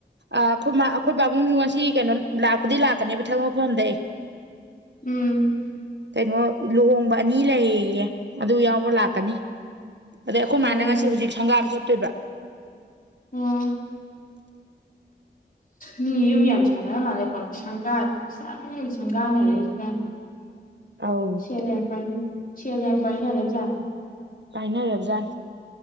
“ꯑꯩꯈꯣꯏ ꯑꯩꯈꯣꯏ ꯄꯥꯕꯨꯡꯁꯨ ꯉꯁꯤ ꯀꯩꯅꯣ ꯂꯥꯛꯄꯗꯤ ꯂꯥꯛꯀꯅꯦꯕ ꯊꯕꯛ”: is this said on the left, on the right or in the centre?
Right